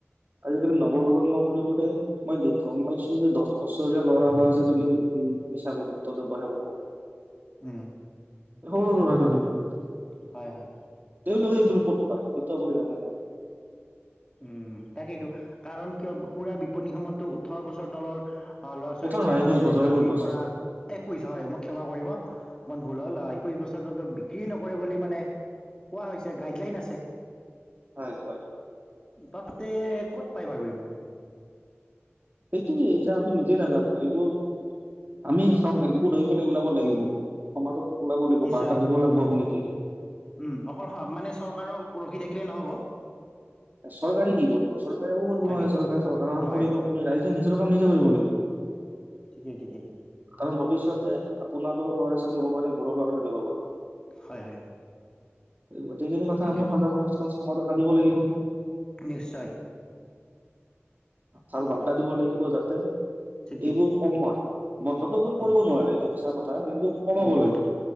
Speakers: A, on the right; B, on the left.
A: আজিকালি নৱপ্ৰজন্ম বুলি কলে মই গম পাইছো যে দছ বছৰীয়া ল'ৰা বা আজিকালি এই নিচাযুক্ত ব্যৱহাৰ কৰে
B: উম
A: এখন <unintelligible>
B: হয় হয়
A: তেওঁলোকে এইবিলাক ক'ত পায় সেইটো আপুনি জানে নাই
B: উম তাকেইতো কাৰণ কিয় সুুৰাৰ বিপণী খনতটো ওঠৰ বছৰ তলৰ অ ল'ৰা ছোৱালীক
A: ওঠৰ নহয়
B: এইবোৰ
A: একৈশ বছৰ
B: বিক্ৰী
A: একৈশ বছৰ
B: কৰা একৈশ হয় মোক ক্ষমা কৰিব অকণমান ভুল হ'ল একৈশ বছৰ টো বিক্ৰী নকৰে বুলি মানে কোৱা হৈছে গাইডলাইন আছে
A: হয় হয়
B: তাত তে ক'ত পায় বাৰু এইবোৰ
A: সেইটো এইতা আপুনি নিজে নাজানো এইবোৰ আমি চাওক একগোট হৈ পেলাই ওলাব লাগিব সমাজত ওলাব লাগিব
B: নিশ্চয়
A: বাৰ্তা দিব লাগিব আমি নিজে
B: উম অকল মানে চৰকাৰক ৰখি থাকিলেই নহ'ব
A: চৰকাৰে কি কৰিব চৰকাৰে একো কৰিব
B: তাকে
A: নোৱাৰে চৰকাৰে চৰকাৰৰ কাম
B: নোৱাৰে
A: কৰিব
B: নোৱাৰে
A: আমি ৰাইজে নিজে টো কাম নিজে কৰিব লাগিব
B: ঠিকেই ঠিকেই
A: কাৰণ ভৱিষ্যতে আপোনাৰো ল'ৰা ছোৱালী হব পাৰি ল'ৰা ছোৱালী হব পাৰিম
B: হয় হয়
A: গোটেইখিনি কথা
B: ঠিকেই
A: আমি সজাগত সমাজক আনিব লাগিব লাগিব
B: নিশ্চয়।
A: ভাল বাৰ্তা দিব লাগিব যাতে
B: ঠিকেই
A: এইবোৰ কম হয়। বন্ধতটো আপুনি
B: উম
A: কৰিব নোৱাৰে এইটো মিছা কথা কিন্তু। কমাব
B: উম উম,
A: লাগিব